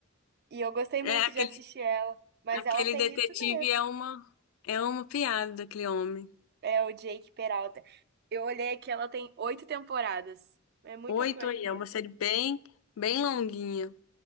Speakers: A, on the right; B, on the left.
A: E eu gostei
B: É,
A: muito
B: aquele,
A: de assistir ela. Mas
B: aquele
A: ela tem
B: detetive
A: isso mesmo.
B: é uma, é uma piada, aquele homem.
A: É o Jake Peralta. Eu olhei que ela tem oito temporadas. É muita
B: Oito
A: coisa
B: aí,
A: mesmo.
B: é uma série bem, bem longuinha.